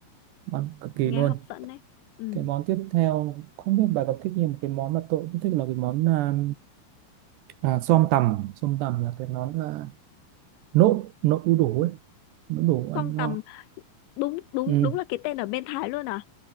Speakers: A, on the right; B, on the left.
A: ngon cực kỳ
B: nghe
A: luôn
B: hấp dẫn đấy ừ
A: cái món tiếp theo không biết bà có thích như một cái món mà tôi cũng thích là cái món à, à, xom tằm xom tằm là cái món là nộm nộm đu đủ ấy nộm đu đủ ăn
B: song
A: ngon
B: tầm đúng đúng
A: ừ,
B: đúng là cái tên ở bên Thái luôn à